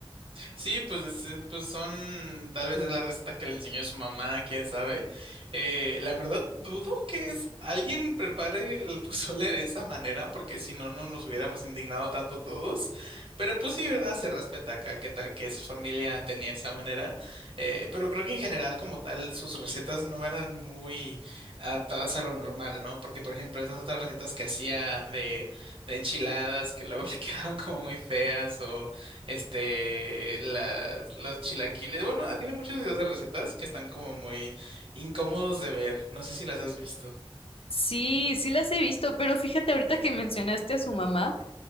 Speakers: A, on the right; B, on the left.
A: Sí, pues, eh, pues son, tal vez es la receta que le enseñó su mamá, quién sabe. Eh, la verdad, dudo que es, alguien prepare el pozole de esa manera, porque si no, no nos hubiéramos indignado tanto todos. Pero pues sí, ¿verdad? Se respeta acá, qué tal que su familia tenía esa manera. Eh, pero creo que en general, como tal, sus recetas no eran muy adaptadas a lo normal, ¿no? Porque, por ejemplo, esas otras recetas que hacía de, de enchiladas, que luego <laughs> le quedaban como muy feas o este, las, los chilaquiles. Bueno, ah, tiene muchos videos de recetas que están como muy incómodos de ver. No sé si las has visto.
B: Sí, sí las he visto, pero fíjate, ahorita que mencionaste a su mamá,